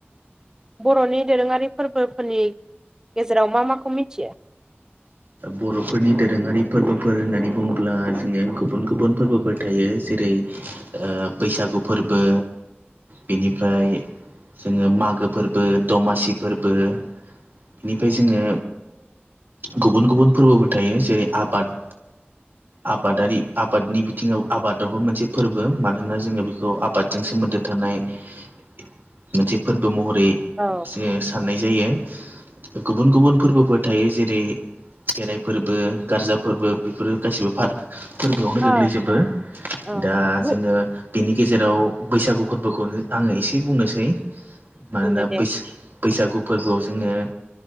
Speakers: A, on the right; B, on the right.
A: बर'नि दोरोङारि फोरबोफोरनि गेजेराव मा माखौ मिथियो?
B: बर'फोरनि दोरोङारि फोरबोफोर होननानै बुङोब्ला जोङो गुबुन गुबुन फोरबोफोर थायो जेरै ओ बैसागु फोरबो, बेनिफ्राय जोङो मागो फोरबो दमासि फोरबो बेनिफ्राय जोङो गुबुन गुबुन फोरबोबो थायो जेरै आबाद आबादारि आबादनि बिथिङाव आबादावबो मोनसे फोरबो मानोना जोङो बेखौ आबादजों सोमोन्दो थानाय मोनसे फोरबो महरै
A: औ
B: जोङो साननाय जायो गुबुन गुबुन फोरबोफोर थायो जेरै खेराइ फोरबो गारजा फोरबो बेफोरो गासैबो फार फोरबोआवनो
A: ओ
B: गोग्लैजोबो
A: औ
B: दा
A: बु
B: जोङो बेनि गेजेराव बैसागु फोरबोखौनो आङो एसे बुंनोसै मानोना
A: बुंदो दे
B: बैसा बैसागु फोरबोआव जोङो